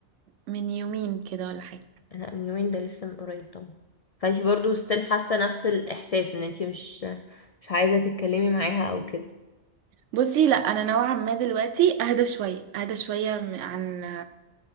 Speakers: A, on the right (about 85°); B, on the left (about 70°).
A: من يومين كده ولا حاجة
B: لا من يومين ده لسه من قريب طبعا فانتي برضو ستيل حاسه نفس الاحساس ان انتي مش مش عايزه تتكلمي معاها او كده
A: بصي لا أنا نوعا ما دلوقتي أهدى شوية أهدى شوية م- عن